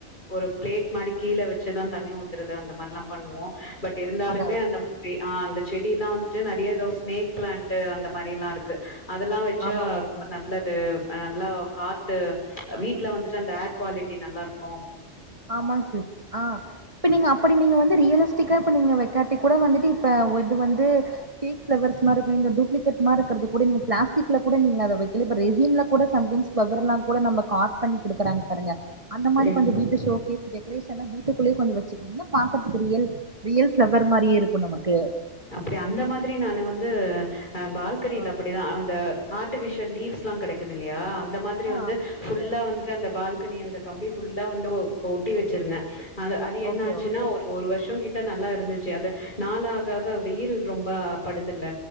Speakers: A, on the left; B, on the right.
A: ஒரு பிளேட் மாரி கீழ வச்சுத்தா தண்ணி ஊத்துறது அந்த மாரிலா பண்ணுவோ பட் இருந்தாலுமே
B: அதா அதா
A: அந்த மாரி ஆ அந்த செடில்லா வந்து ட்டு நறைய தோ ஸ்னேக் பிளான்ட்டு அந்த மாரிலா இருக்கு அதெல்லா வச்சா
B: ஆமா ஆமாங்
A: ரொம்ப
B: சார்
A: நல்லது <unintelligible> அ நல்லா காத்து வீட்ல வந்துட்டு அந்த ஏர் குவாலிட்டி நல்லாருக்கு
B: ஆமா சிஸ் ஆஹ் இப்ப நீங்க அப்புடி நீங்க வந்து ரியலிஸ்டிக்கா இப்ப நீங்க கட்டிகூட வந்துட்டு இப்ப இது வந்து பீக்பிளவர்ஸ் மாதிரி இரு டூப்ளிகேட் மாதிரிக் கூட பிளாஸ்டிக்ல கூட நீங்க அத வைக்கல பட் வெயில்ல கூட சம்டைம்ஸ் ப்லவர்லா கூட நம்ம பார்க் பண்ணி குடுக்கறாங்க பாருங்க அந்த மாதிரி
A: ம்
B: கொஞ்சோ வீட்ட சுத் பூ டெகரேஷன்ன வீட்டுக்குள்ளயு கொஞ்சோ வச்சுக்கோங்க பாக்கறதுக்கு ரியல் ரியல்ஃபிளவர் மாரியே இருக்கு நமக்கு
A: அப்புடி அந்த மாதிரி நானு வந்து அ பால்கனில
B: ஆ
A: அப்படிதா அந்த ஆ <unintelligible> லீவ்ஸ்லா கெடைக்குது இல்லையா அந்த மாதிரி
B: ஆ
A: வந்து
B: ஆமாங்க சிஸ்டர்
A: ஃபுல்லா வந்துட்டு அந்த பால் க்கு நீ அந்த கம்பி ஃபுல்லா வந்து ஒட்டி வச்சிருந்தே அ அது என்ன
B: ஓகே
A: ஆச்சுன்னா
B: ஓகே
A: ஒரு ஒரு வருஷோ கிட்ட நல்லா இருந்துச்சு அது நாலாக க்காக வெயில் ரொம்ப படுதுல